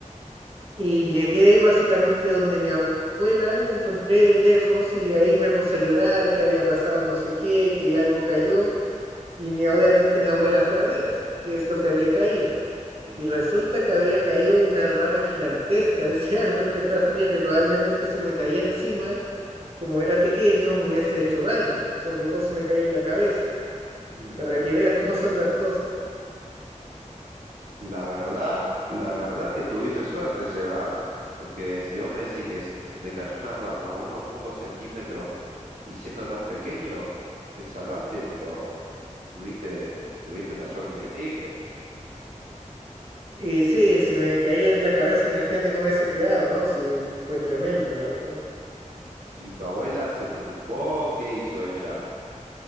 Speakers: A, on the right (about 50°); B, on the right (about 80°).
A: Y llegué básicamente donde mi abuela, la encontré lejos y ahí me puse a llorar, que había pasado no sé qué, que algo cayó. Y mi, obviamente mi abuela fue a ver qué es lo que había caído.
B: mm,
A: Y resulta que había caído una rama gigantesca de ese <laughs> árbol detrás mío que probablemente si me caía encima como era pequeño, me hubiese hecho daño, sobre todo si me caía en la cabeza,
B: mm.
A: para que veas <laughs> cómo son las cosas.
B: La verdad, la verdad que tuviste suerte, Sebas, porque si vos me decís que s- se te cayó una rama unos pocos centímetros y siendo tan pequeño, te salvaste, pero tuviste, tuviste una suerte increíble.
A: Y sí, si me caía en la cabeza, imagínate cómo hubiese quedado, ¿no? Sí, fue tremendo, la verdad.
B: ¿Y tu abuela se preocupó? ¿Qué hizo ella?